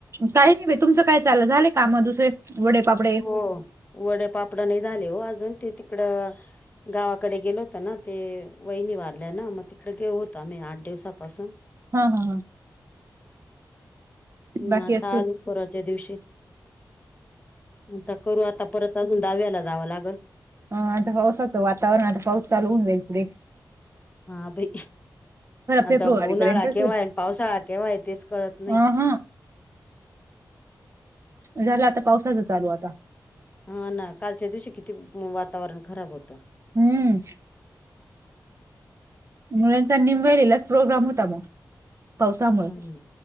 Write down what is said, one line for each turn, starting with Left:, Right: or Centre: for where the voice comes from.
Right: काही नाही बाई, तुमचं काय चालं झालं काम दुसरे वडे पापडे.
Left: हो वडे पापड नाही झाले हो अजून ते तिकडं. गावाकडे गेलो होत ना ते वहिनी वारल्या ना मग तिकडे गेऊ होतो आम्ही आठ दिवसापासून.
Right: हं हं हं
Left: मग
Right: बाकी
Left: आत्ता
Right: असतील
Left: आलो परवाच्या दिवशी. म्हणता करू आता परत अजून दहाव्याला जावं लागंल.
Right: हां आता पाऊसाचं वातावरण आता पाऊस चालू होऊ जाईल इकडे.
Left: हा बाई
Right: फेब्रुवारी
Left: आता उन्हाळा
Right: पर्यंतच
Left: केव्हा
Right: ये
Left: हे आणि पावसाळा केव्हा हे तेच कळत
Right: अ
Left: नही.
Right: हा झालं आता पावसाच चालू आता.
Left: हो ना कालच्या दिवशी किती वातावरण खराब होतं.
Right: हम्म. मुलांचा निमव्हेरीलाचं प्रोग्राम होता मग. पावसामुळे
Left: हं